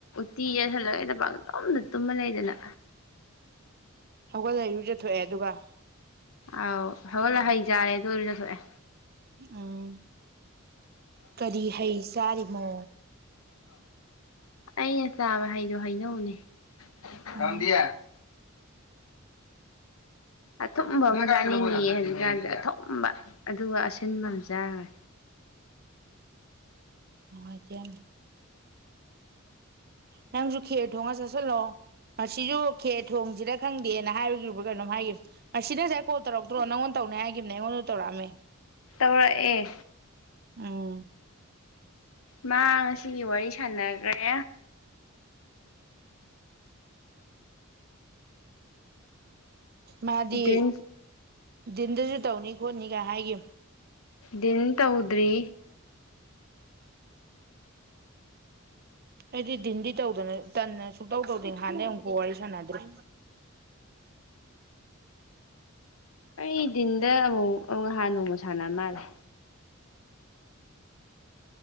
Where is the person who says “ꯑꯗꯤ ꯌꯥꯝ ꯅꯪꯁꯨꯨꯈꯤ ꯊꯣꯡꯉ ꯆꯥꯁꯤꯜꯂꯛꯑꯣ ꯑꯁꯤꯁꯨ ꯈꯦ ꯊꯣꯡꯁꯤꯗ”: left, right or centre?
Right